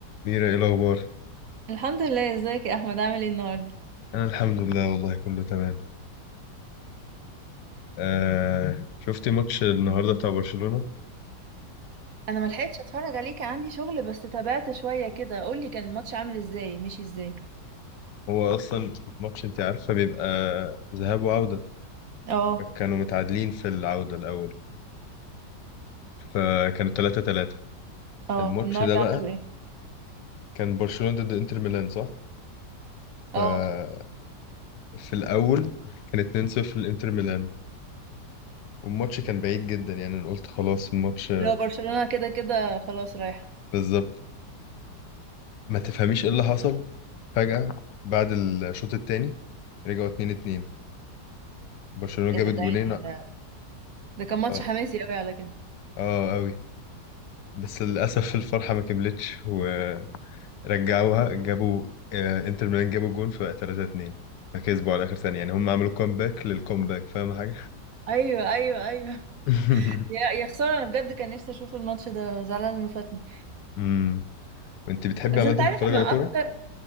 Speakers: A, on the left; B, on the right.
A: ميرا ايه الاخبار
B: الحمد لله ازيك يا احمد عامل ايه النهارده
A: انا الحمد لله والله كله تمام آه شفتي ماتش النهارده بتاع برشلونة
B: انا ما لحقتش اتفرج عليه كان عندي شغل بس تابعت شويه كده قول لي كان الماتش عامل ازاي مشي ازاي
A: هو اصلا ماتش انت عارفه بيبقى ذهاب وعودة
B: اه
A: كانوا متعادلين في العودة الاول فكانوا 3 3
B: اه
A: الماتش
B: والنهارده
A: ده بقى
B: عملوا ايه
A: كان برشلونة ضد انتر ميلان صح
B: اه
A: ففي الاول كان 2 0 لانتر ميلان والماتش كان بعيد جدا يعني انا قلت خلاص الماتش
B: لو برشلونه كده كده خلاص رايحه
A: بالظبط ما تفهميش ايه اللي حصل فجأة بعد الشوط الثاني رجعوا 2 2 برشلونة
B: ايه
A: جابت
B: ده ده
A: جونين
B: يعني ده ده كان ماتش
A: اه
B: حماسي قوي على كده
A: اه قوي بس للاسف الفرحه ما كملتش ورجعوها جابوا آه، انتر ميلان جابوا جون فبقى 3 2 فكسبوا على اخر ثانيه يعني هم عملوا كومباك للكومباك فاهم حاجه
B: ايوه ايوه ايوه
A: <laughs>
B: يا يا خساره انا بجد كان نفسي اشوف الماتش ده زعلانه انه فاتني
A: امم انت بتحبي
B: بس
A: عامه
B: انت
A: تتفرج
B: عارف انا
A: على كوره
B: اكتر